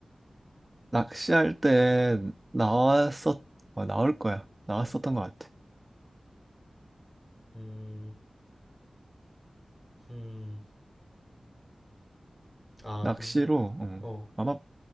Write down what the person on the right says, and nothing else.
낚시할 때 나왔었 어, 나올 거야. 나왔었던 것 같아.
낚시로
어,
아마